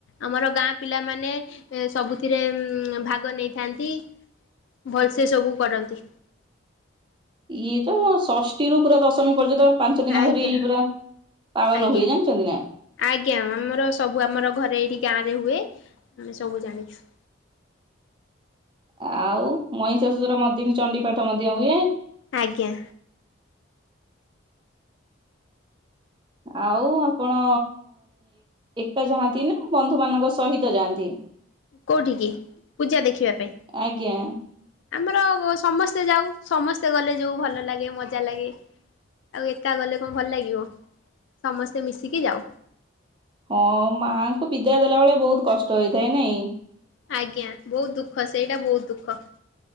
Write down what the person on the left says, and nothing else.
ଆମର ଗାଁ ପିଲାମାନେ ସବୁଥିରେ ଭାଗ ନେଇଥାନ୍ତି। ଭଲସେ ସବୁ କରନ୍ତି।
ଆଜ୍ଞା
ଆଜ୍ଞା।
ଆଜ୍ଞା ଆମର ସବୁ ଆମର ଘରେ ଏଇଠି ଗାଁ ରେ ହୁଏ ଆମେ ସବୁ ଜାଣିଛୁ।
ଆଜ୍ଞା।
କୋଉଠି କି ପୂଜା ଦେଖିବା ପାଇଁ।
ଆମର ସମସ୍ତେ ଯାଉ ସମସ୍ତେ ଗଲେ ଯୋଉ ଭଲ ଲାଗେ ମଜା ଲାଗେ। ଆଉ ଏକା ଗଲେ କଣ ଭଲ ଲାଗିବ ସମସ୍ତେ ମିଶିକି ଯାଉ।
ଆଜ୍ଞା ବହୁତ ଦୁଃଖ ସେଇଟା ବହୁତ ଦୁଃଖ।